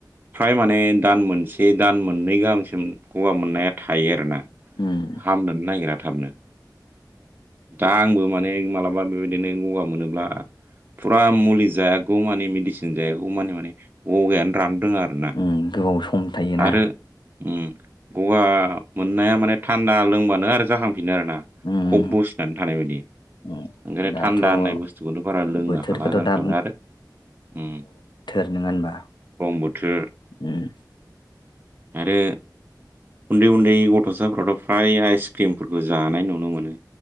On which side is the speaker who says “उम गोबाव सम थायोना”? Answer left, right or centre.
Left